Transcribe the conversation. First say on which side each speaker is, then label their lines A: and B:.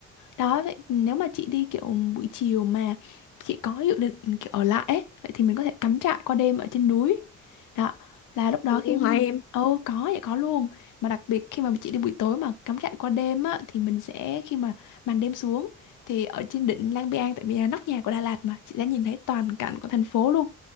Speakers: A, on the left (about 85°); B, on the left (about 50°).
A: Đó, vậy nếu mà chị đi kiểu buổi chiều mà chị có dự định kiểu ở lại ấy, vậy thì mình có thể cắm trại qua đêm ở trên núi. Đó, là lúc đó
B: Được
A: khi
B: luôn hả em?
A: Ồ có vậy có luôn Mà đặc biệt khi mà chị đi buổi tối mà cắm trại qua đêm á Thì mình sẽ khi mà màn đêm xuống Thì ở trên đỉnh Lang Biang Tại vì là nóc nhà của Đà Lạt mà Chị sẽ nhìn thấy toàn cảnh của thành phố luôn